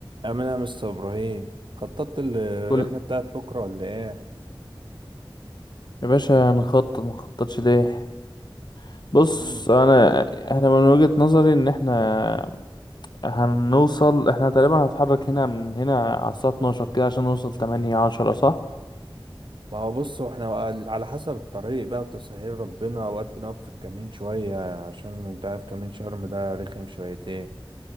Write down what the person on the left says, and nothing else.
كل
يا باشا نخطط مخططش ليه بص
انا احنا من وجهة نظري ان احنا هنوصل احنا تقريبا هنتحرك هنا من هنا على الساعة 12 كده عشان نوصل 8 10 صح